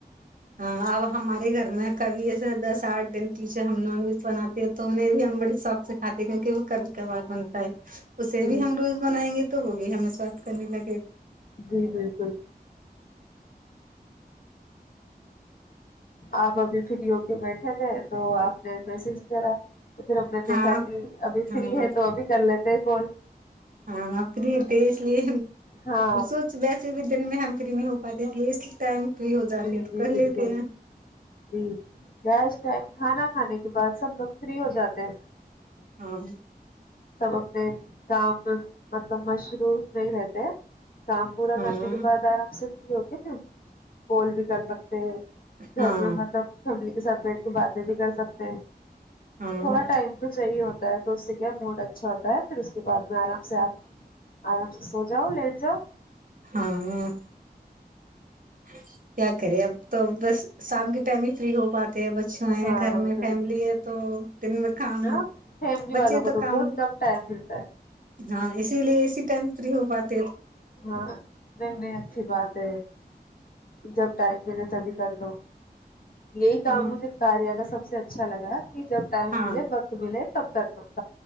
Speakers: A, on the right; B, on the left.
A: ہاں اب ہمارے گھر میں کبھی ایسے دس آٹھ دن پیچھے ہم نان ویج بناتے ہیں تو انہیں بھی ہم بڑی شوق سے کھاتے ہیں کیونکہ وہ کبھی کبھار بنتا ہے اسے
B: جی
A: بھی ہم روز بنائیں گے تو وہ بھی ہمیں سوات کرنے لگے گا
B: جی بالکل آ د فری ہو کے بیٹھے گئے تو آپ نے میسج کرا تو پھر ہم نے
A: ہاں
B: دیکھا کہ ابھی
A: ہاں
B: فری ہے تو ابھی کر لیتے بول
A: ہاں فری پے اس لیے
B: ہاں
A: سوچ بیسے بھی دن میں ہم نہیں ہو پاتی ٹائم فری ہو جاتے
B: جی
A: ہے تو
B: جی
A: کر
B: بالکل
A: لیتے ہیں
B: جی ٹائم کھانا کھانے کے بعد سب لوگ فری ہو جاتے ہیں
A: ہاں
B: سب اپنے کام میں مطلب مشروف نہیں رہتے کام پورا
A: ہاں
B: کرنے کے بعد آرام سے ہوک پھر کال بھی کر سکتے گھر
A: ہاں
B: میں مطلب فیملی سبجیکٹ کی باتیں بھی کر سکتے ہیں
A: ہاں
B: تھوڑا ٹائم تو صحیح ہوتا تو کیا موڈ اچھا ہوتا ہے پھر اس کے بعد میں آرام سے آپ آرام سے سو جاؤ لیٹ جاؤ
A: ہاں کیا کرے اب تو بس شام کے ٹائم ہی فریری ہو پاتا بچوں ہیں
B: ہاں
A: گھر میں
B: بالکل
A: فیملی ہے تو دن میں کام
B: ہاں فیملی
A: بچے
B: والوں کو
A: تو کام
B: بہت کم ٹائم ملتا ہے
A: ہاں اسی ےی ٹم فری ہو بات
B: ہاں نہیں نہیں اچھی بات ہے جب ٹائم ملے تبھی چلو یہی
A: ہاں
B: کام ہوج جو کاریا سب سرچا الگا کہ جب ٹائم
A: ہاں
B: ملے وقت ملے ستا